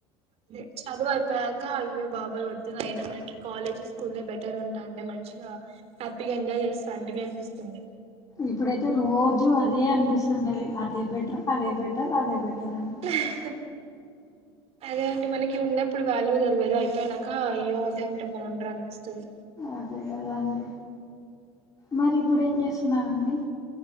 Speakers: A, on the right (about 50°); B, on the left (about 25°).
A: అదే చదువు అయిపోయాక అయ్యో బాబాయ్ వద్దునయనా మనకి కాలేజీ స్కూల్లే బెటర్ ఉంటాండే మంచిగా హ్యాపీగా ఎంజాయ్ చేస్తాంటిమి అనిపిస్తుంది
B: ఇప్పుడైతే రోజు అదే అనిపిస్తుంటది అదే బెటర్ అదే బెటర్ అదే బెటర్ అని
A: అహ్హ్ హ హ అదే అండి మనకి ఉన్నప్పుడు వాల్యూ తెల్వది అయిపోయానాక ఇయ్యో అదే ఉం ఉంటే బాగుంట్రా అనిపిస్తది
B: అదే కదండి మరి ఇప్పుడేం చేస్తున్నారండి